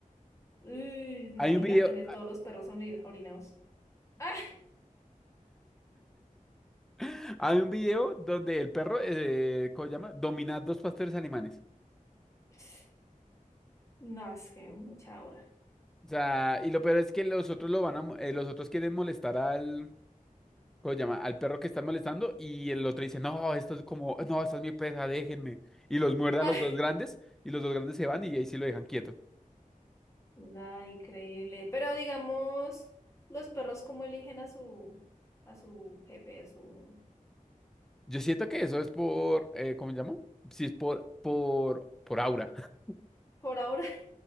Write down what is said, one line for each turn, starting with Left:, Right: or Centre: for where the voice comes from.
Left: Uy, imagina
Centre: Hay un video,
Left: tener todos los perros ori- orinados. ¡Ah!
Centre: <laughs> hay un video donde el perro, eh, ¿cómo se llama? Domina dos pastores alemanes.
Left: <laughs> No, es que mucha hora.
Centre: O sea, y lo peor es que los otros lo van a, mo- eh, los otros quieren molestar al, ¿cómo se llama? Al perro que están molestando y el otro dice, no, esto es como, no, esta es mi presa, déjenme. Y los muerde
Left: <laughs>
Centre: a los
Left: ¡Ah!
Centre: dos grandes y los dos grandes se van y ahí sí lo dejan quieto.
Left: Nada, increíble. Pero digamos, los perros cómo eligen a su, a su jefe, a su...
Centre: Yo siento que eso es por, eh, ¿cómo se llama? Sí, es por, por, por aura. <laughs>
Left: Por ahora.